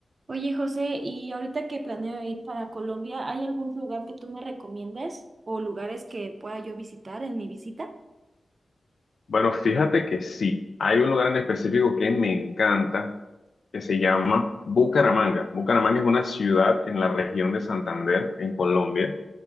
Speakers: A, on the right; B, on the left.
A: Oye, José, y ahorita que planeo ir para Colombia, ¿hay algún lugar que tú me recomiendes o lugares que pueda yo visitar en mi visita?
B: Bueno, fíjate que sí, hay un lugar en específico que me encanta, que se llama Bucaramanga. Bucaramanga es una ciudad en la región de Santander, en Colombia